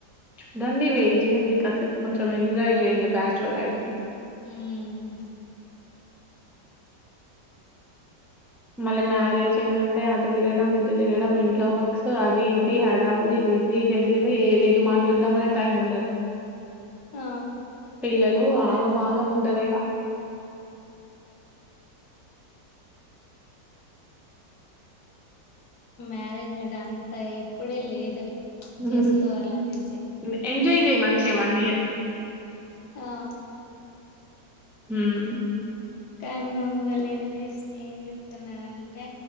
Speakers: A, in the centre; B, on the left (about 70°).
A: చూడండి వెయిట్ చేయండి కాసేపు కొంచం ఎంజాయ్ చేయండి బ్యాచలర్ లైఫ్ ని
B: ఉమ్
A: మళ్ళ మ్యారేజ్ అయిందంటే అటు తిరడం ఇటు తిరడం ఇంట్లో వర్క్స్ అది ఇది హడావుడి బిజీ షెడ్యూల్ ఏదెటు మాట్లాడదామన్న టైం ఉండదు
B: ఆ
A: పిల్లలు ఆగమాగము ఉంటదిగా
B: మ్యారేజ్ మీద అంతా ఇప్పుడే లేదు
A: హు
B: చేసుకోవాలనేసి
A: హు హూ ఎంజాయ్ చేయ్ మంచిగా వన్ ఇయర్
B: ఆ
A: ఉమ్
B: కానీ మమ్మీ వాళ్ళు ఏం చేస్ ఏం చెప్తున్నారంటే